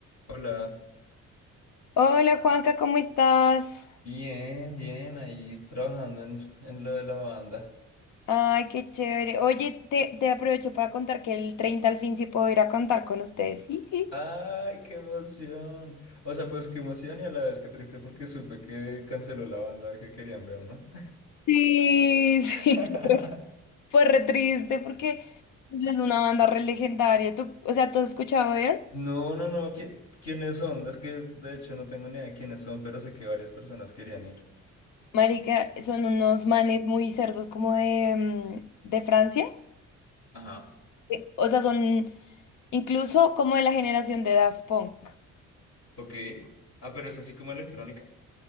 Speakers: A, on the left (about 60°); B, on the left (about 80°).
A: Hola,
B: Hola Juanca, ¿cómo estás?
A: bien, bien, ahí trabajando en, en lo de la banda.
B: Ay, qué chévere. Oye, te, te aprovecho para contar que el 30 al fin sí puedo ir a contar con ustedes. Jiji.
A: ¡Ay, qué emoción! O sea, pues qué emoción y a la vez qué triste porque supe que canceló la banda que querían ver, ¿no?
B: Sí,
A: <laughs>
B: sí, <laughs> fue re triste porque es una banda re legendaria. ¿Tú, o sea, ¿tú has escuchado Air?
A: No, no, no, ¿qui- ¿quiénes son? Es que de hecho no tengo ni idea de quiénes son, pero sé que varias personas querían ir.
B: Marica, son unos manes muy cerdos como de, mm, de Francia.
A: Ajá,
B: Eh, O sea, son incluso como de la generación de Daft Punk.
A: ok. Ah, pero es así como electrónica.